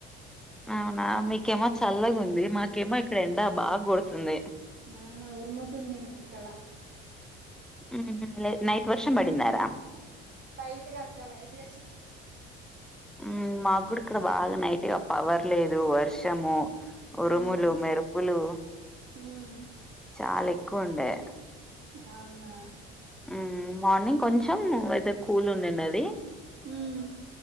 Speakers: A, in the centre; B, on the right.
A: అవునా మీకేమొ చల్లగుంది మాకెమో ఇక్కడ ఎండ బాగా కొడుతుంది
B: అవునా ఉరుముతుంది ఇంక ఇక్కడ
A: ఊహు లేద్ నైట్ వర్షం పడిందారా
B: లైట్గా అక్క లైట్ గ చింకులు
A: ఊ మాగుడు ఇక్కడ బాగా నైట్గా పవర్ లేదు వర్షము ఉరుములు
B: ఉమ్
A: మెరుపులు
B: ఉమ్
A: చాలా ఎక్కువ ఉండే
B: అవునా
A: ఊ మార్నింగ్ కొంచెం వెదర్ కూల్ ఉనునది
B: ఉమ్